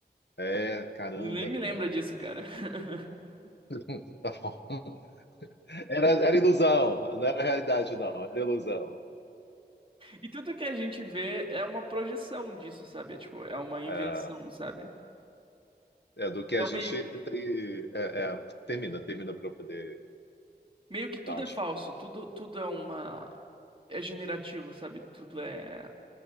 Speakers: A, on the left; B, on the right.
A: é, caramba,
B: Nem me
A: cara.
B: lembra disso, cara. <laughs>
A: <laughs> Tá bom. Era, era ilusão, não era realidade, não, era ilusão.
B: E tudo que a gente vê é uma projeção disso, sabe? É, Tipo, é uma invenção,
A: É.
B: sabe?
A: É, do que
B: Então,
A: a gente
B: meio
A: tem. É, é, termina, termina para eu poder
B: Meio que tudo
A: dar uns.
B: é falso, tudo, tudo é uma. É generativo, sabe? Tudo é.